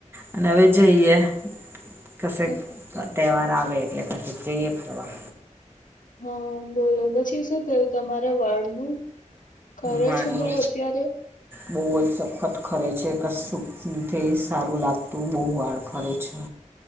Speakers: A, on the right; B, on the left.
A: અને હવે જઈએ કશેક
B: કઈ
A: તહેવાર આવે એટલે કશે જઈએ ફરવા
B: હ બોલો પછી શું થયું તમારે વાળનું ખરે
A: માનું
B: છે બઉ અત્યારે
A: બહુ જ સખત ખરે છે કશુંથી સારું લાગતું બહુ વાળ ખરે છે.